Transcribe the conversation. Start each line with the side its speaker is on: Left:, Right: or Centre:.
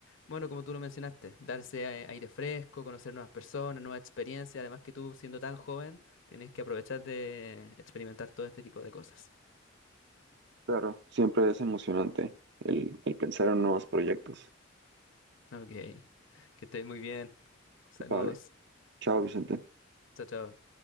Left: bueno, como tú lo mencionaste, darse a- aire fresco, conocer nuevas personas, nuevas experiencias. Además que tú, siendo tan joven, tienes que aprovechar de experimentar todo este tipo de cosas.
Right: Claro, siempre es emocionante el, el pensar en nuevos proyectos.
Left: Ok, que estés muy bien. Saludos.
Right: Vale, chao Vicente.
Left: Chao, chao.